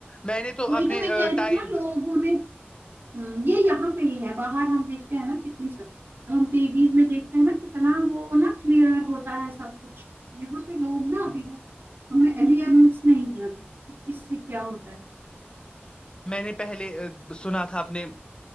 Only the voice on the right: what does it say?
وہی
تو میں کہہ رہی
ہوں نا لوگوں نے ہ یہ یہاں پہ ہی ہے باہر ہم دیکھتے ہیں نا کتنی ہم ٹی ویز میں دیکھتے ہیں نا کتنا وہ نا کلیئر ہوتا ہے سب کچھ یہاں پہ لوگ نا
ابھی وہ ہمیں اوئیرنیس نہیں ہے ابھی کہ کس سے کیا ہوتا ہے